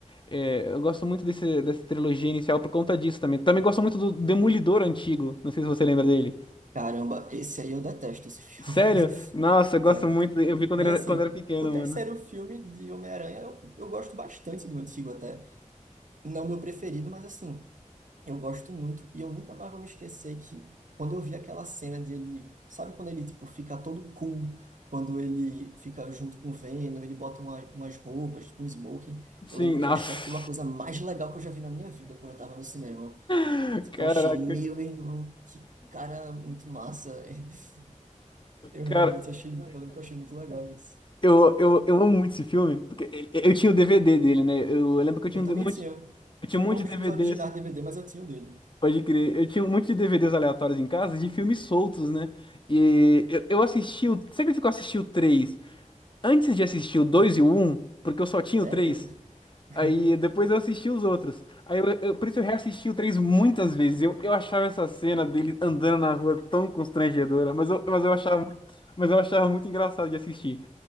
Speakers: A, on the left; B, on the right.
A: É, eu gosto muito desse, dessa trilogia inicial por conta disso também. Também gosto muito do Demolidor antigo. Não sei se você lembra dele.
B: Caramba, esse aí eu detesto, esse filme.
A: Sério? Nossa, eu gosto
B: <laughs> Sério.
A: muito. dele. Eu vi quando
B: Mas
A: ele era,
B: assim,
A: quando era pequeno,
B: o terceiro
A: mano.
B: filme de Homem-Aranha, eu, eu gosto bastante do antigo até. Não meu preferido, mas assim. Eu gosto muito e eu nunca mais vou me esquecer que quando eu vi aquela cena dele, sabe quando ele tipo fica todo cool, quando ele fica junto com o Venom, ele bota uma- umas roupas, tipo um smoking.
A: Sim,
B: Eu lembro que
A: nossa.
B: eu achei aquilo a coisa mais legal que eu já vi na minha vida quando eu tava no cinema.
A: <laughs>
B: Tipo,
A: Caraca,
B: eu achei, meu irmão, que cara muito massa. <laughs> Eu
A: cara.
B: realmente achei, eu lembro que eu achei muito legal isso.
A: Eu, eu, eu amo muito esse filme, porque ele- eu tinha o DVD dele, né? Eu, lembro que eu tinha
B: Eu
A: um
B: também
A: monte,
B: tinha,
A: eu tinha
B: tinha
A: um monte
B: poucos
A: de DVDs.
B: filmes originais DVD, mas eu tinha o dele.
A: Pode crer. Eu tinha um monte de DVDs aleatórios em casa de filmes soltos, né? E eu, eu assisti o. Você acredita que eu assisti o 3, antes de assistir o 2 e o 1? Porque eu só tinha
B: Sério?
A: o 3.
B: <laughs>
A: Aí depois eu assisti os outros. Aí eu, eu- por isso eu reassisti o 3 muitas vezes. Eu, eu achava essa cena dele andando na rua tão constrangedora, mas eu, mas eu achava muito, mas eu achava muito engraçado de assistir.